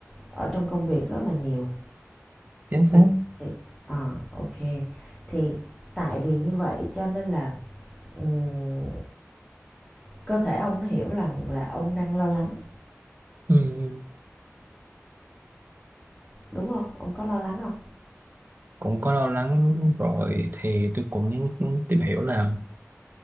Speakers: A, in the centre; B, on the right (about 40°).
A: ở trong công việc rất là nhiều.
B: chính xác
A: thì thì Ờ, ok Thì tại vì như vậy cho nên là, ừm, cơ thể ông nó hiểu rằng là ông đang lo lắng,
B: ừ. ừ.
A: đúng không Ông có lo lắng không
B: cũng có lo lắng rồi thì tôi cũng cũng tìm hiểu là